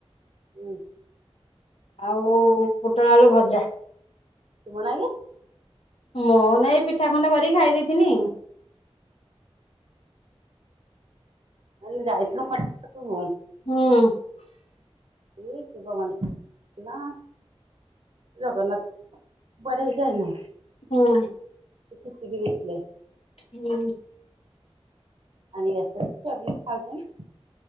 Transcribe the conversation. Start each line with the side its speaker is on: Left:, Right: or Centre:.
Right: ହୁଁ।
Left: ଆଉ ପୋଟଳ ଆଳୁ ଭଜା।
Right: ତୁମନାଗି?
Left: ମୁଁ ନାଗି ଏ ପିଠା ଖଣ୍ଡେ କରିକି ଖାଇ ଦେଇଥିନି।
Right: କାଲି ଯାଇଥିନୁ <unintelligible> ପାଖକୁ।
Left: ହୁଁ।
Right: ଏଇ ଶିବ ମନ ନା ଜଗନ୍ନାଥ ପଢ଼େଇ କି ଆଇନୁ।
Left: ହୁଁ।
Right: ସେ ଖିଚିଡି ହେଇଥିଲେ।
Left: ହୁଁ।
Right: ଆଣିକି ଆସିଥିଲେ ଛୁଆ ପିଲା ଖାଉଚନ୍ତି।